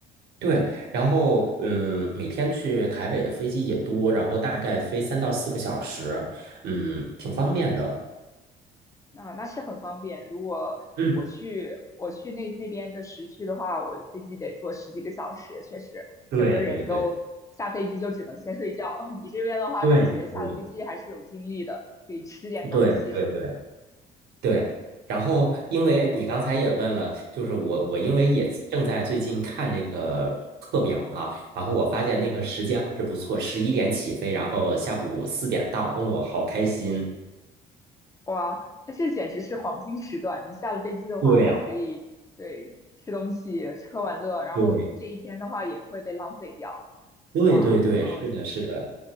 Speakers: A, on the right; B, on the left.
A: 对。然后，嗯，每天去台北的飞机也多，然后大概飞三到四个小时，嗯，挺方便的。
B: 那那是很方便。如果我去我去那那边的时区的话，
A: 嗯，
B: 我的飞机得坐十几个小时，确实整个人都下飞机就只能先睡觉。
A: 对对对
B: <laughs> 你这边的话，
A: 对对
B: 感觉下了飞机还是有精力的，可以吃点东西什么的。
A: 对对对。对，然后因为你刚才也问了，
B: 对，
A: 就是我我因为也正在最近看这个课表嘛，
B: 嗯
A: 然后我发现那个时间还是不错，
B: 嗯。
A: 十一点起飞，然后下午四点到，哦，好开心。
B: 哇，那这简直是黄金时段！你下了飞机的话，
A: 对哦，
B: 还可以对吃东西、吃喝玩乐，然后这一天的话也不会被浪费掉。
A: 对，对对对，
B: 哇，嗯，
A: 是的，是的，